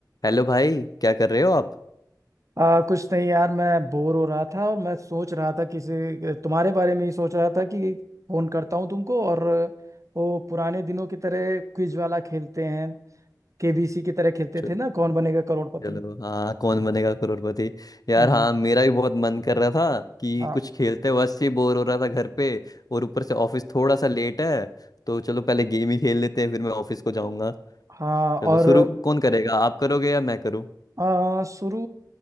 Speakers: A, on the left; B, on the right.
A: Hello भाई क्या कर रहे हो आप
B: आ, कुछ नहीं यार मैं बोर हो रहा था और मैं सोच रहा था किसी तुम्हारे बारे में ही सोच रहा था कि फोन करता हूँ तुमको और वो पुराने दिनों की तरह क्विज वाला खेलते हैं केबीसी की तरह खेलते
A: चल-
B: थे ना कौन बनेगा करोड़पति
A: चलो हाँ कौन बनेगा करोड़पति यार
B: हम्म
A: हाँ मेरा भी बहुत मन कर रहा था कि
B: हाँ
A: कुछ खेलते वैसे ही बोर हो रहा था घर पे और ऊपर से ऑफिस थोड़ा सा लेट है तो चलो पहले गेम ही खेल लेते हैं फिर मैं ऑफिस को जाऊंगा
B: हाँ
A: चलो
B: और
A: शुरू कौन करेगा आप करोगे या मैं करूँ
B: आ, शुरू